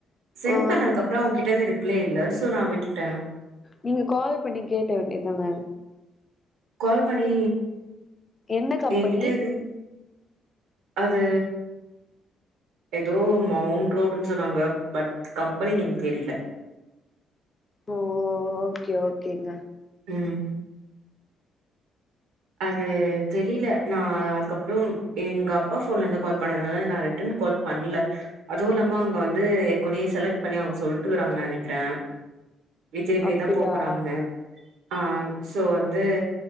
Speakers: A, on the right; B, on the left.
A: சென்ட்
B: ஆ
A: பண்ணதுக்கப்றோ அவ்ங்கிட்டர்ந்து ரிப் ளே இல்ல சோ நா விட்டுட்டே
B: நீங்க கால் பண்ணி கேக்க வேண்டியதான
A: கால் பண்ணி
B: என்ன கம்பெனி
A: எங்கிட்ட ரி அது எதோ மௌண்ட் ரோடுன் சொன்னாங்க பட் கம்பெனி நேம் தெரில
B: ஓ ஓகே ஓகேங்க
A: ம் அது தெரில நா அதுக்கப்றோ எங்கப்பா ஃபோன்லர்ந்து கால் பண்ணனால நா ரி ட்டன் கால் பண்ல அதுவு இல்லாம அவ்ங்க வந்து ஏற்கொனயே செலக்ட் பண்ணி அவுங்க சொல்ட்டுக்கறாங்கன் நெனைக்றே இத்தினி பேர்
B: அப்டியா
A: தா போ போறாங்கனு ஆ சோ வந்து